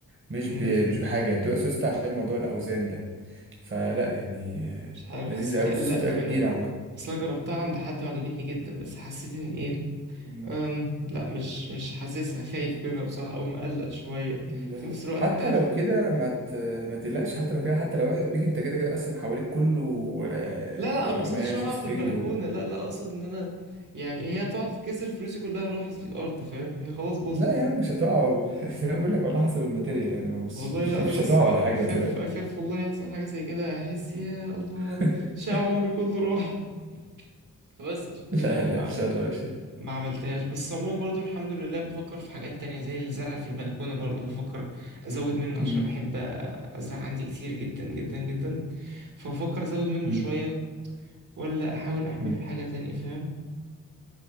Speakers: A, on the right (about 40°); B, on the right (about 70°).
A: مش
B: امم
A: ب... مش بحاجة هي بتبقى سوستة عشان موضوع الأوزان ده فلا يعني
B: مش عارف
A: لذيذة
B: حسيتني
A: أوي السوستة
B: قلقت
A: بتبقى
B: منها
A: كبيرة
B: اصلا جربتها عند حد وعجبتني جدا بس حسيت ان ايه
A: عامة
B: أم لا مش مش حاسسها خايف منها بصراحة او مقلق شوية
A: ال-
B: في نفس الوقت
A: حتى
B: انت عارف
A: لو كده ما ت... ما تقلقش
B: مم.
A: حتى لو كده حتى لو وقعت بيك انت كده كده اصلا حواليك كله آه،
B: لا
A: يعني
B: لا انا ما قصدش
A: قماش
B: اقع
A: وسفنج
B: في البلكونة
A: و...
B: لا لا اقصد ان انا يعني هي تقعد تكسر فلوسي كلها راحت في الارض فاهم هي خلاص باظت
A: لا يا عم مش هتقع <laughs> انا بقول لك والله حسب الماتيريال يعني مش
B: والله
A: مش
B: لا انا
A: <laughs> مش
B: بس
A: هتقع
B: اخاف
A: ولا حاجه وتقلق
B: اخاف والله يحصل حاجه زي كده احس يا الله
A: <laughs>
B: شقى عمري كله راح <laughs> فبس عشان كده
A: لا
B: يعني
A: لا
B: ما
A: ان شاء الله مش
B: ما عملتهاش بس عموما برضو الحمد لله بفكر في حاجات تانية زي الزرع في البلكونه برضو بفكر ازود منه
A: مم.
B: عشان بحب ازرع عندي كتير جدا جدا جدا فبفكر ازود منه
A: مم.
B: شويه ولا احاول احميه
A: حلو.
B: بحاجه تانية فاهم